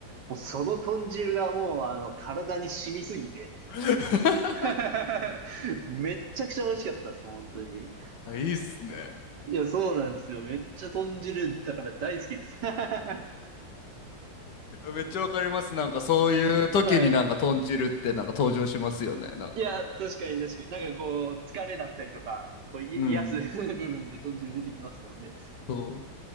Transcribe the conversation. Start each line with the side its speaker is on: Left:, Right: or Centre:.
Right: もうその豚汁がもうあの体に染みすぎて
Left: <laughs>
Right: <laughs> めっちゃくちゃ美味しかったです、本当に。
Left: はいいいっすね。
Right: いや、そうなんですよ。めっちゃ豚汁だから大好きです。<laughs>
Left: めっちゃわかります。なんかそういう時になんか豚汁ってなんか登場しますよね。
Right: はい。
Left: なんか。
Right: いや、確かに確かに。なんかこう、疲れだったりとか、こう、い、
Left: うん。
Right: 癒やつ <laughs> 部分で豚汁出てきますもんね。
Left: そう